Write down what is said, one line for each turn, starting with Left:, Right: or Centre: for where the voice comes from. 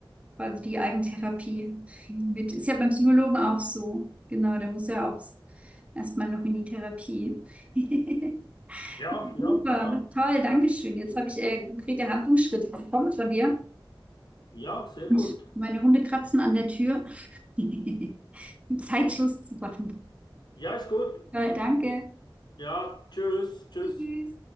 Right: quasi die Eigentherapie mit, ist ja beim Psychologen auch so. Genau, der muss ja auch erstmal noch in die Therapie. <laughs>
Left: Ja, ja,
Right: Super,
Left: ja.
Right: toll, Dankeschön. Jetzt habe ich äh, konkrete Handlungsschritte bekommen von dir.
Left: Ja, sehr
Right: Und
Left: gut.
Right: meine Hunde kratzen an der Tür. <laughs> um Zeitschluss zu machen.
Left: Ja, ist gut.
Right: Toll, danke.
Left: Ja, tschüss, tschüss.
Right: Tschüss.